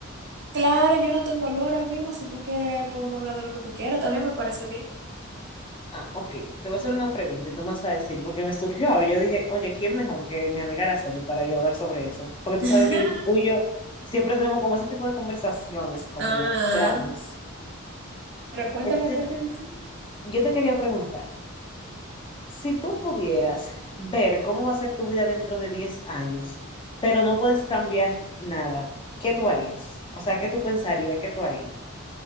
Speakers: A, on the right (about 55°); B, on the left (about 25°).
A: Claro, yo no tengo olor ahora mismo. Si tú quieres, podemos hablar de lo que tú quieras. También me parece bien.
B: Ah, ok. Te voy a hacer una pregunta y tú me vas a decir, porque me surgió ahora. Yo dije, oye, ¿quién mejor que mi amiga Araceli para yo hablar sobre eso? Porque tú
A: <laughs>
B: sabes que tú y yo siempre tenemos como ese tipo de conversaciones como
A: Ah,
B: extrañas.
A: Pero cuéntame,
B: Entonces,
A: cuéntame,
B: yo te, que-
A: sí.
B: yo te quería preguntar. Si tú pudieras ver cómo va a ser tu vida dentro de 10 años, pero no puedes cambiar nada, ¿qué tú harías? O sea, ¿qué tú pensarías? ¿Qué tú harías?